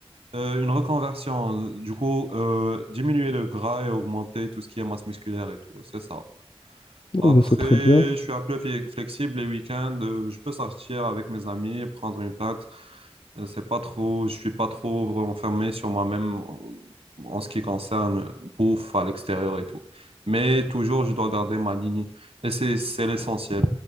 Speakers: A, on the right; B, on the left.
A: euh, une reconversion. Du coup, euh, diminuer le gras et augmenter tout ce qui est masse musculaire et tout. C'est ça. Après,
B: Oh, bah, c'est très bien.
A: je suis un peu fle- flexible les week-ends. euh, Je peux sortir avec mes amis, prendre une pinte. Euh, C'est pas trop, je suis pas trop enfermé sur moi-même en en ce qui concerne bouffe à l'extérieur et tout. Mais toujours, je dois garder ma ligne. Et c'est, c'est l'essentiel.